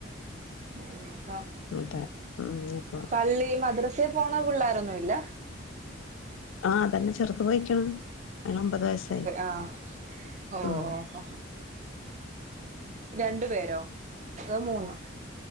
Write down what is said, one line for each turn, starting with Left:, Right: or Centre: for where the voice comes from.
Right: ഇനിപ്പ
Left: അതെ ഉം ഇപ്പൊ
Right: പള്ളി മദ്രസേൽ പോണ പിള്ളാരൊന്നും ഇല്ല
Left: ആഹ് അതന്നെ ചെറുത് പോയിക്കണ് അതിന് ഒമ്പത് വയസ്സായി
Right: ആഹ് ഓ ഓ
Left: ഉം
Right: ഹൊ ഹൊ രണ്ടു പേരോ അതോ മൂന്നോ